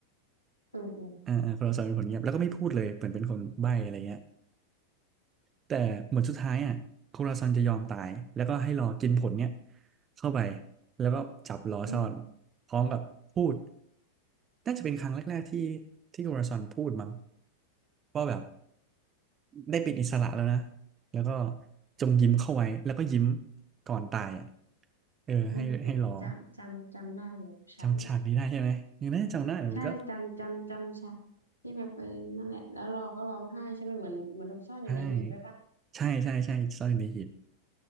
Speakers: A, on the left; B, on the right.
A: อืมอืม
B: อ่าอ่าโคราซอนเป็นผลเงียบแล้วก็ไม่พูดเลยเหมือนเป็นคนใบ้อะไรเงี้ย แต่เหมือนสุดท้ายอ่ะโคราซันจะยอมตายแล้วก็ให้รอกินผลเนี่ยเข้าไปแล้วก็จับล้อซ่อน
A: อืม
B: พร้อมกับพูดน่าจะเป็นครั้งแรกๆที่ที่โคราซันพูดมั้งว่าแบบได้เป็นอิสระแล้วนะแล้วก็จงยิ้มเข้าไว้แล้วก็ยิ้มก่อนตายอ่ะเออให้ให้รอ
A: อืมจำจำจำได้อยู่ฉัน
B: จำฉากนี้ได้ใช่ไหมยังน่าจะจำได้แต่มันก็
A: ใช่จำจำจำฉันที่แบบเออนั่นแหละแล้วเรอก็ร้องไห้ใช่ไหมเหมือนเหมือนถูกซ่อนอยู่ในหีบด้วยปะ
B: ใช่ใช่ใช่ใช่ซ่อนในหีบ